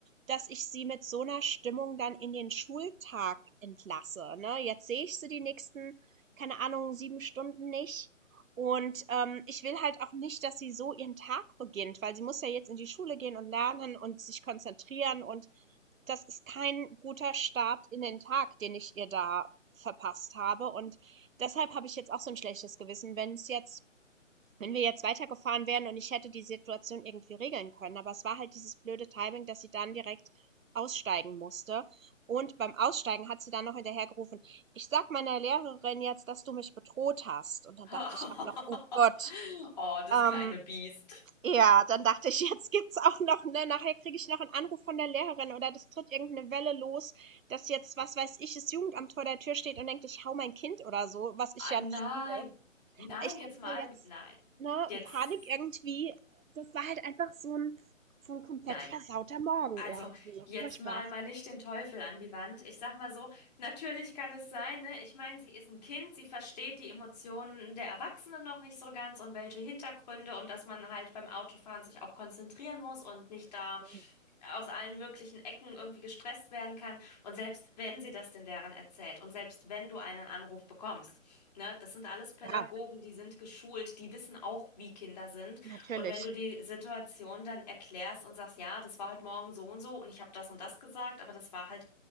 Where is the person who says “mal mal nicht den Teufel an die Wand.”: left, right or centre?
Left